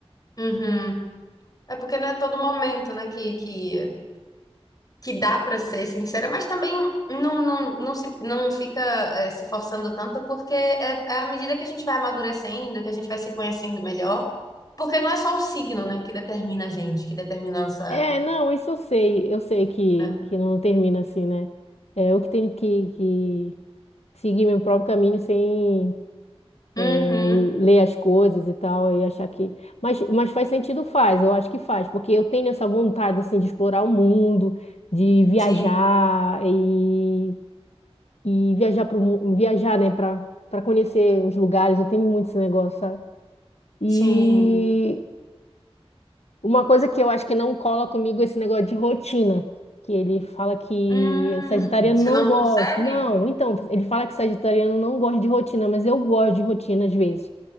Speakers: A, on the left; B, on the left.
A: uhum. É porque não é todo momento, né, que que, que dá pra ser sincera, mas também não não, não se não fica eh, se forçando tanto porque é, é à medida que a gente vai amadurecendo, que a gente vai se conhecendo melhor, porque não é só o signo, né, que determina a gente, que determina a nossa,
B: É, não, isso eu sei, eu sei que,
A: né?
B: que não termina assim, né? É, eu que tenho que, que seguir meu próprio caminho sem
A: Uhum.
B: é, ler as coisas e tal, e achar que. Mas, mas faz sentido, faz, eu acho que faz, porque eu tenho essa vontade, assim, de explorar o mundo, de viajar
A: Sim,
B: e, e viajar para viajar, né, para para conhecer os lugares, eu tenho muito esse negócio, sabe? E
A: sim.
B: Uma coisa que eu acho que não cola comigo é esse negócio de rotina, que ele fala que
A: Hum.
B: sagitariano
A: Você
B: não
A: não
B: gosta.
A: consegue?
B: Não, então, ele fala que sagitariano não gosta de rotina, mas eu gosto de rotina às vezes.